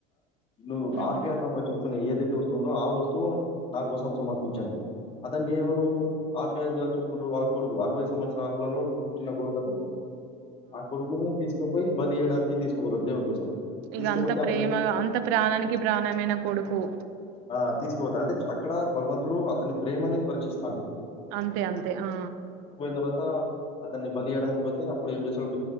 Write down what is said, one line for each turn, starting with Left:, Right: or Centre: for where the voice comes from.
Left: ను
Right: ఉమ్
Left: ఆప్యాయతంగా చూ ఏదైతే వస్తుందో ఆ వస్తువు నా కోసం సమర్పించు అంటడు అతనికి ఎవరు ఆప్యాయంగా చూసుకుంటురు వాళ్ళ కొడుకు అరవై సంవత్సరాలలో పుట్టిన కొడుకు అతను ఆ కొడుకును తీస్ పోయి బలి ఇయ్యడానికి తీసుకుపోతాడు దేవుని కోసం తీసుకుపోతే
Right: ఇగ అంత ప్రేమ
Left: అప్పుడే
Right: అంత ప్రాణానికి ప్రాణమైన కొడుకు
Left: ఆ తీసుకోవదు అంటే అక్కడ భగవంతుడు అతని ప్రేమని పరీక్షిస్తాండు
Right: అంతే అంతే ఆ
Left: తర్వాత అతన్ని బలియడానికి పోతే అప్పుడు ఏం చేస్తాడు